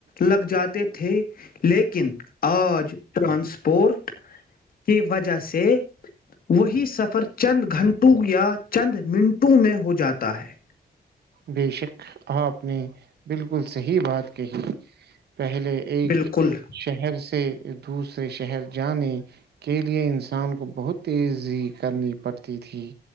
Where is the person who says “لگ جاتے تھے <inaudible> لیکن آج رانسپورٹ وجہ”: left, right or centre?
Left